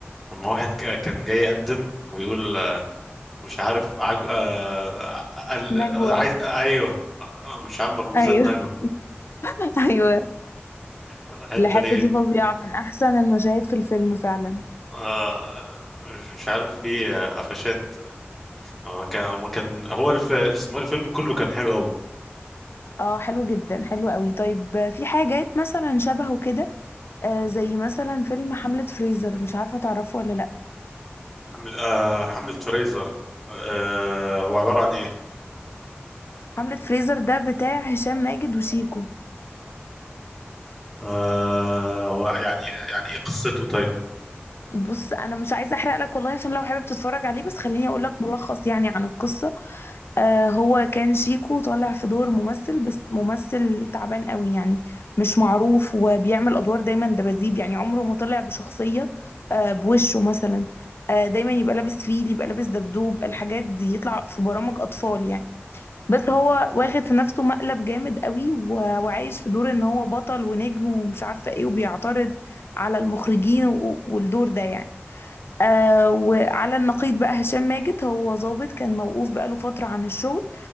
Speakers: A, in the centre; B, on the left.
A: لما واحد ك- كان جاي يقدم ويقول مش عارف عج... آه... ال-
B: نجوى
A: عايز ايوه آه، مش عارف مخبوزات
B: ايوه
A: نجوى
B: <laughs> ايوه
A: الحته
B: الحتة
A: دي
B: دي فظيعة من أحسن المشاهد في الفيلم فعلا
A: آه... مش مش عارف في آه، قفشات هو كان هو كان هو الف... اسمه إيه، الفيلم كله كان حلو قوي
B: اه حلو جدا حلو قوي طيب آه، في حاجات مثلا شبهه كده آه زي مثلا فيلم حملة فريزر مش عارفة تعرفه ولا لأ
A: حمل... آه... حملة فريزر آه... هو عبارة عن ايه
B: حملة فريزر ده بتاع هشام ماجد وشيكو
A: آه... هو يعني يعني ايه قصته طيب
B: بص أنا مش عايزة أحرق لك والله عشان لو حابب تتفرج عليه بس خليني أقول لك ملخص يعني عن القصة آه هو كان شيكو طالع في دور ممثل بس ممثل تعبان قوي يعني مش معروف وبيعمل ادوار دايما دباديب يعني عمره ما طلع بشخصية آه بوشه مثلا آه دايما يبقى لابس فيل يبقى لابس دبدوب الحاجات دي يطلع في برامج اطفال يعني بس هو واخد في نفسه مقلب جامد قوي و- وعايش في دور ان هو بطل ونجم ومش عارفة ايه وبيعترض على المخرجين و- والدور ده يعني آه وعلى النقيض بقى هشام ماجد هو ظابط كان موقوف بقاله فترة عن الشغل